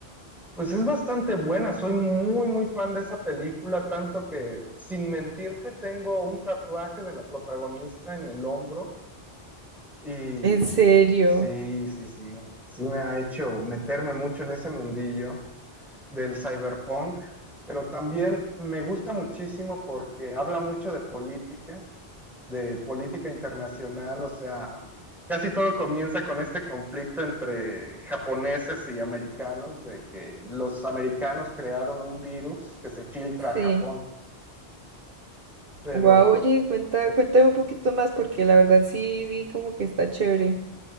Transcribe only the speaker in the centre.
Pues es bastante buena, soy muy, muy fan de esa película, tanto que, sin mentirte, tengo un tatuaje de la protagonista en el hombro y
sí, sí, sí, sí me ha hecho meterme mucho en ese mundillo del cyberpunk, pero también me gusta muchísimo porque habla mucho de política de política internacional, o sea, casi todo comienza con este conflicto entre japoneses y americanos, de que los americanos crearon un virus que se filtra a
Japón, pero